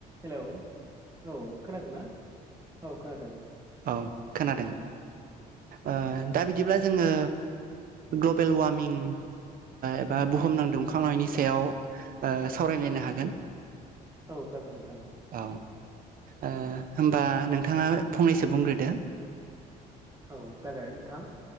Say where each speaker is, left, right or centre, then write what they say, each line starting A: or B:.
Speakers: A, on the right; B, on the right.
A: Hello औ खोनादोंना औ खोनादों।
B: औ खोनादों ओ दा बिदिब्ला जोङो ग्लबेल वार्मिं एबा बुहुमनां दुखांनायनि सायाव सावरायलायनो हागोन।
A: औ जागोन नोंथां।
B: औ ओ होमबा नोंथाङा। फंनैसो बुंग्रोदो।
A: औ जागोन नोंथां